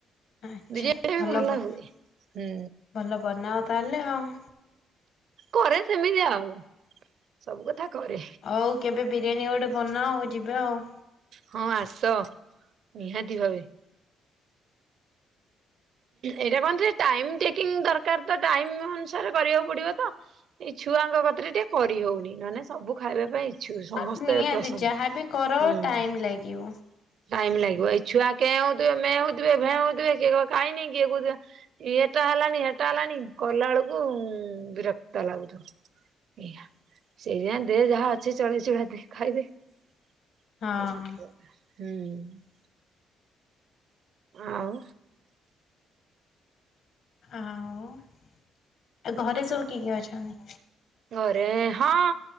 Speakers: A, on the left (about 70°); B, on the right (about 65°).
A: ଆଚ୍ଛା
B: ବିରିୟାନୀ ଟା ବି ଭଲ
A: ବ
B: ହୁଏ, ହୁଁ।
A: ଭଲ ବନାଅ ତାହେଲେ ଆଉ।
B: କରେ ସେମିତି ଆଉ। ସବୁ କଥା କରେ।
A: ହଉ କେବେ ବିରିୟାନୀ ଗୋଟେ ବନାଅ ଆଉ ଯିବେ ଆଉ।
B: ହଁ ଆସ ନିହାତି ଭାବେ। ଏଇଟା କଣ ଯେ ଟାଇମ୍ ଟେକିଂ ଦରକାର୍ ତ ଟାଇମ୍ ଅନୁସାରେ କରିବାକୁ ପଡିବ ତ ଏଇ ଛୁଆଙ୍କ କତିରେ ଟିକେ କରିହଉନି, ନହେଲେ ନାଇଁ ସବୁ ଖାଇବା ପାଇଁ ଇ <unintelligible>
A: ହଁ
B: ସମସ୍ତେ
A: ହଁ ନିହାତି
B: <unintelligible>
A: ଯାହାବି କର ଟାଇମ ଲାଗିବ।
B: ଟାଇମ୍ ଲାଗିବ, ଏଇ ଛୁଆ କେଁ ହଉଥିବେ ମେଁ ହଉଥିବେ ଭେଁ ହଉଥିବେ କିଏ କହୁଥିବ ଖାଇନି କିଏ କହୁଥିବ ଇଏଟା ହେଲାନି <unintelligible> ହେଲାନି କଲା ବେଳୁକୁ ବିରକ୍ତ ଲାଗୁଥିବ। <unintelligible> ଦେ ଯାହା ଅଛି ଚଳେଇ ଚୁଳା ଦେ ଖାଇଦେ। ହୁଁ।
A: ହଁ
B: ଆଉ
A: ଆଉ-ଆଉ ଘରେ ସବୁ କିଏ-କିଏ ଅଛନ୍ତି?
B: ଘରେ ହଁ